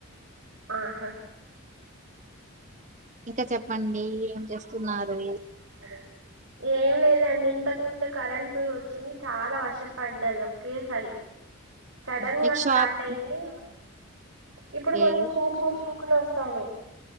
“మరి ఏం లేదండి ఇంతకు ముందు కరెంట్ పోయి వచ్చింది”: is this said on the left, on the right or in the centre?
Right